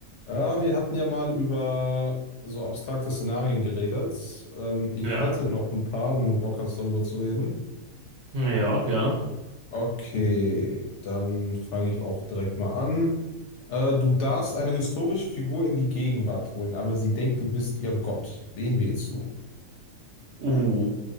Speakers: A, on the left; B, on the right.
A: Ja, wir hatten ja mal über so abstrakte Szenarien geredet. Ähm, ich
B: Ja,
A: hätte noch ein paar, wenn du Bock hast, darüber zu reden.
B: ja, gerne.
A: Okay, dann fange ich auch direkt mal an. Äh, du darfst eine historische Figur in die Gegenwart holen, aber sie denkt, du bist ihr Gott. Wen wählst du?
B: Uh,